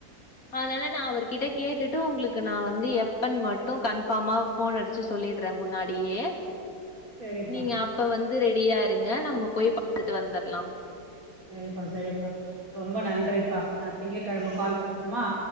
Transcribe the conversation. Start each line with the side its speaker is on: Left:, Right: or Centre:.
Left: அதனால நா அவர்கிட்ட கேட்டுட்டு உங்களுக்கு நா வந்து எப்பன் மட் டு கன்ஃபார்மா போன் அடிச் ச்சு சொல்லிட்றே முன்னாடியே
Right: சரிப்பா
Left: நீங்க அப்ப வந் து ரெடியா இருங்க நம்ம போய் பாத்துட்டு வந்தர்
Right: செரிப்பா செரிப்பா ரொம்ப நன்றிப்பா நா திங்கக்கெழம கால் பண்ட்டுமா